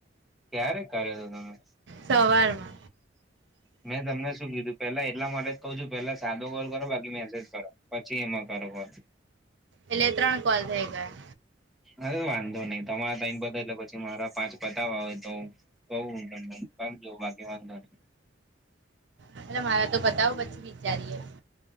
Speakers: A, in the centre; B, on the right.
A: ક્યારે કર્યો તો તમે
B: સવારમાં
A: મેં તમને શું કીધું પેલા એટલા માટે જ કહું છું પેલા સાદો કોલ કરો બાકી મેસેજ કરો જી એમાં બરોબર
B: એટલે ત્રણ કોલ થઈ ગયા.
A: અરે વાંધો નહિ તમારા ટાઈમ પતે એટલે પછી મારા પાંચ પતાવા હોય તો કવું હુ બધુ કામ જો બાકી વાંધો નહીં.
B: એટલે મારે તો બતાવ પછી વિચારીએ